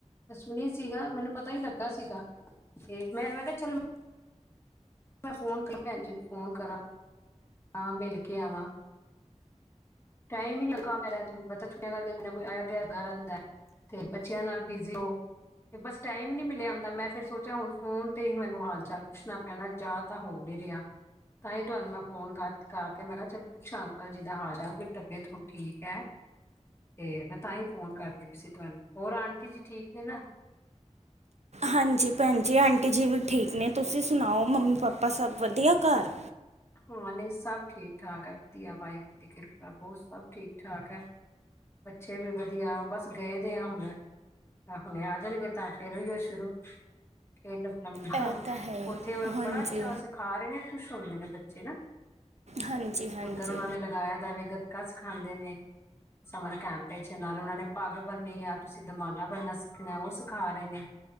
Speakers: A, on the left; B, on the right.
A: ਮੈਂ ਸੁਣੀ ਸੀਗਾ, ਮੈਨੂੰ ਪਤਾ ਹੀ ਲੱਗਾ ਸੀਗਾ ਤੇ ਮੈਂ- ਮੈਂ ਕਿਹਾ, ਚੱਲ ਮੈਂ ਫੋਨ ਪੈਲਾ ਭੈਣ ਜੀ ਨੂੰ ਫੋਨ ਕਰਾਂ, ਆ ਮਿਲ ਕੇ ਆਵਾਂ। ਟਾਈਮ ਈ ਨੀ ਲੱਗਾ ਮੇਰਾ ਐਤਕੀ, ਤੁਹਾਨੂੰ ਪਤਾ ਛੁੱਟੀਆਂ ਕਰਕੇ ਕੋਈ ਨਾ ਕੋਈ ਆਇਆ ਗਿਆ ਲਗਾ ਰੈਨਦਾ। ਤੇ ਬੱਚਿਆਂ ਨਾਲ ਬਿਜ਼ੀ ਹੋ। ਤੇ ਬਸ ਟਾਈਮ ਹੀ ਨੀ ਮਿਲਿਆ ਆਂਦਾ, ਮੈਂ ਫਿਰ ਸੋਚਿਆ ਹੁਣ ਫੋਨ 'ਤੇ ਹੀ ਮੈਨੂੰ ਹਾਲ -ਚਾਲ ਪੁੱਛਣਾ ਨਾ ਜਾ ਤਾਂ ਹੋ ਨੀ ਰਿਹਾ। ਤਾਈ ਤੁਹਾਨੂੰ ਮੈਂ ਫੋਨ ਕਰ -ਕਰ ਕੇ ਮੈਂ ਕਿਹਾ, ਚੱਲ ਪੁੱਛਾਂ ਅੰਕਲ ਜੀ ਦਾ ਹਾਲ-ਚਾਲ। ਤਬੀਅਤ ਹੁਣ ਠੀਕ ਹੈ। ਤੇ ਮੈ ਤਾਂ ਹੀ ਫੋਨ ਕਰਦੀ ਪਈ ਸੀ ਤੁਹਾਨੂੰ। ਹੋਰ ਆਂਟੀ ਜੀ ਠੀਕ ਨੇ ਨਾ?
B: ਹਾਂਜੀ ਭੈਣ ਜੀ, ਆਂਟੀ ਜੀ ਵੀ ਠੀਕ ਨੇ। ਤੁਸੀਂ ਸੁਣਾਓ, ਮੰਮੀ -ਪਾਪਾ ਸਭ ਵਧੀਆ ਘਰ?
A: ਹਾਂ, ਨਹੀਂ ਸਭ ਠੀਕ- ਠਾਕ ਹੈ, ਵਧੀਆ। ਵਾਹਿਗੁਰੂ ਦੀ ਕਿਰਪਾ ਬਹੁਤ, ਸਭ ਠੀਕ -ਠਾਕ ਐ। ਬੱਚੇ ਵੀ ਵਧੀਆ, ਉਹ ਬਸ ਗਏ ਦੇ ਆ ਹੁਣ। ਆਹ ਹੁਣੇ ਆ ਜਾਣਗੇ, ਤਾਂ ਫਿਰ ਉਹੀਓ ਸ਼ੁਰੂ। ਲੰਮਾ
B: ਇਹ ਤਾਂ ਹੈ
A: ਉੱਥੇ ਉ ਲੋਕ
B: ਹਾਂਜੀ
A: ਬੜਾ ਅੱਛਾ ਸਿਖਾ ਰਹੇ ਨੇ, ਕੁੱਛ? ਤੋਂਦੇ ਨੇ ਬੱਚੇ ਨਾ,
B: ਹਾਂਜੀ ਹਾਂਜੀ
A: ਉੱਧਰ ਉਹਨਾਂ ਨੇ ਲਗਾਇਆ ਦਾਵੇ, ਗੱਤਕਾ ਸਿਖਾਂਦੇ ਨੇ। ਸਮਰ ਕੈਂਪ ਵਿੱਚ, ਨਾਲ ਉਹਨਾਂ ਨੇ ਪੱਗ ਬੰਨੀ ਆ, ਤੁਸੀਂ ਦਮਾਲਾ ਬਣਨਾ ਸਿੱਖਣਾ, ਉਹ ਸਿਖਾ ਰਹੇ ਨੇ।